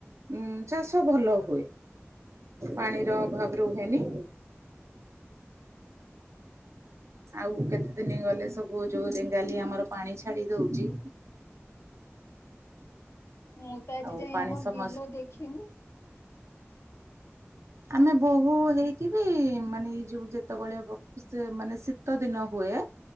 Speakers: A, on the right; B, on the left.
A: ଉଁ ଚାଷ ଭଲ ହୁଏ ପାଣିର ଅଭାବ ରୁହେନି। ଆଉ କେତେ ଦିନି ଗଲେ ସବୁ ଯୋଉ ରେଙ୍ଗାଲି ଆମର ପାଣି ଛାଡି ଦୋଉଚି।
B: ମୁଁ ତ ଆଜି
A: ଆଉ
B: ଯାଏ
A: ପାଣି
B: ଆମ
A: ସମସ୍ୟା
B: ବିଲ ଦେଖିନି।
A: ଆମେ ବୋହୂ ହେଇକି ବି ମାନେ ଏଇ ଯୋଉ ଯେତେବେଳେ ବ ସେ ମାନେ ଶୀତ ଦିନ ହୁଏ